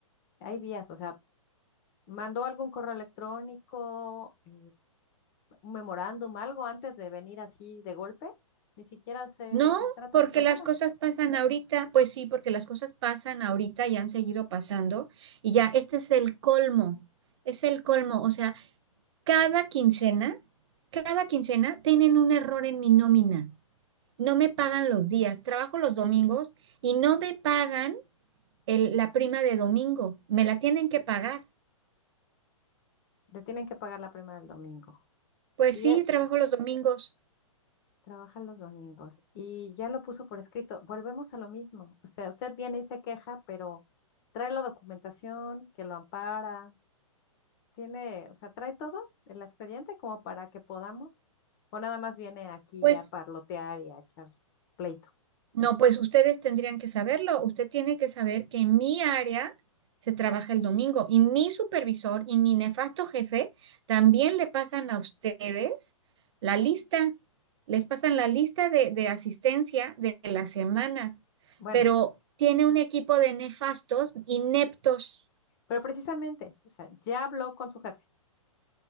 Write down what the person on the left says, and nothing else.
hay vías, o sea, mandó algún correo electrónico, eh, un memorándum, algo antes de venir así de golpe, ni siquiera sé
de qué trata
su problema.
Le tienen que pagar la prima del domingo.
Y
e-
Trabaja los domingos y ya lo puso por escrito. Volvemos a lo mismo. O sea, usted viene y se queja, pero trae la documentación que lo ampara, tiene, o sea, trae todo el expediente como para que podamos, o nada más viene aquí
a parlotear y a echar pleito.
Bueno,
pero precisamente, o sea, ya habló con su jefe,